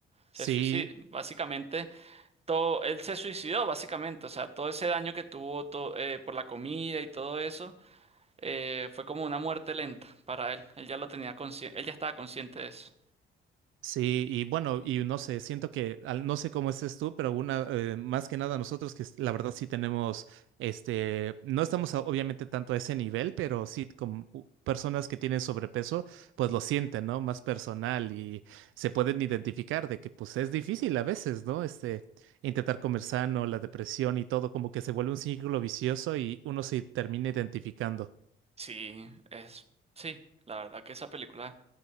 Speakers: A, on the right; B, on the right.
A: Se
B: sí.
A: suicida. Básicamente. todo, él se suicidó básicamente, o sea, todo ese daño que tuvo to- eh, por la comida y todo eso, eh, fue como una muerte lenta para él. Él ya lo tenía consciente, él ya estaba consciente de eso.
B: Sí, y bueno, y no sé, siento que, al- no sé cómo estés tú, pero una, eh, más que nada nosotros que es- la verdad sí tenemos, este, no estamos a- obviamente tanto a ese nivel, pero sí como u- personas que tienen sobrepeso, pues lo sienten, ¿no? Más personal y se pueden identificar de que pues es difícil a veces, ¿no? Este, intentar comer sano, la depresión y todo, como que se vuelve un círculo vicioso y uno se termina identificando.
A: Sí, es, sí, la verdad que esa película